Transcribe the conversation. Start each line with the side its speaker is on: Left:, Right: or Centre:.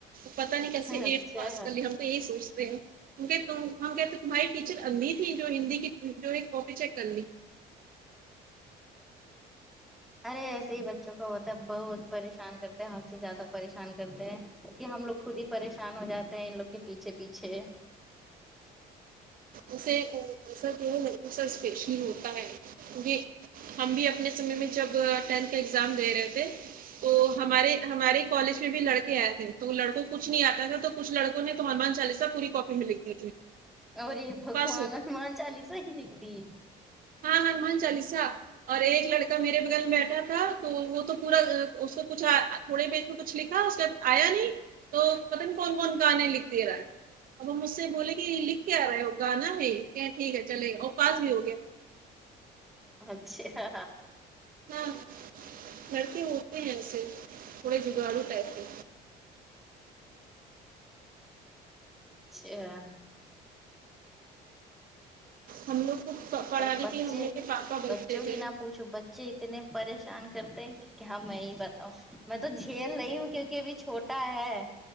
Right: پتا نہیں کیسے
Centre: اچھا
Right: ایٹھ پاس کر لی ہم تو یہی سوچتے ہیں کی کہہ ت ہم کہتے تمہاری ٹیچر اندھی تھی جو ہندی کی جو ہے کاپی چیک کر لی
Centre: ارے ایسے ہی بچوں کا ہوتا ہے بہت پریشان کر حد سے زیادہ پریشان کرتے ہیں کہ ہم لوگ خود ہی پریشان ہو جاتے ہیں ان لوگ کے پیچھے پیچھے
Right: اسے ایسا کہ ہے اسپیشل ہوتا ہے کیونکہ ہم بھی اپنے سمے میں جب ٹینتھ کا ایگزام دے رہے تھے تو ہمارے ہمارے کالج میں بھی لڑکے آئے تھے تو وہ لڑکوں کچھ نہیں آتا تھا تو کچھ لڑکوں نے تو ہنومان چالیس پوری کاپی میں لکھ دی تھی
Centre: اوری بگوان
Right: پاس ہو
Centre: ہومان چالی صحیح نکلی
Right: ہاں ہنومان چالیسا اور ایک لڑکا میرے بغل میں بیٹھا تھا تو وہ تو پورا اس تھوڑے پیج میں کچھ لکھا اس کےبعد آیا نہیں تو پتانئی کون کون گانے لکھ دے رہا ہے اب ہم اسے بولیں کہ یہ لکھ کیا آ رہے ہو گانا ہے کیا ٹھیک ہے چلے اور پاس بھی ہو گیا
Centre: اچھا
Right: ہاں لڑکے ہوتے ہیں ایسے تھوڑے جگارون ٹائپ کے
Centre: اچھا
Right: ہم لوگ کو پڑاھنے
Centre: ارے بچے
Right: کے لیے ہم لوگ کے پاپا بیٹھتے
Centre: بچوں کی
Right: تھے
Centre: نہ پوچھو بچے اتنے پریشان کرتے ہیں کہ کیا میں یہ بتاؤں میں تو جھیل رہی ہوں کیونکہ ابھی چھوٹا ہے